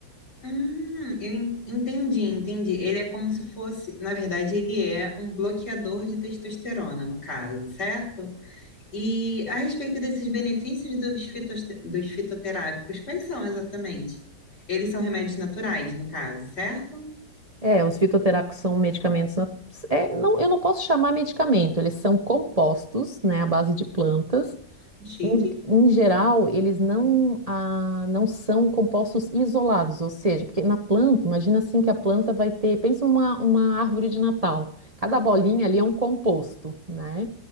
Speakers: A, on the left; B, on the right.
A: Hum, eu en- entendi, entendi. Ele é como se fosse, na verdade, ele é um bloqueador de testosterona, no caso, certo? E a respeito desses benefícios dos fitos- dos fitoterápicos, quais são exatamente? Eles são remédios naturais, no caso, certo?
B: É, os fitoterápicos são medicamentos. nat- É, não, eu não posso chamar medicamento, eles são compostos, né, à base de plantas
A: Chique.
B: Em, em geral, eles não, ah, não são compostos isolados, ou seja, porque na planta, imagina assim que a planta vai ter, pensa numa uma árvore de Natal, cada bolinha ali é um composto, né?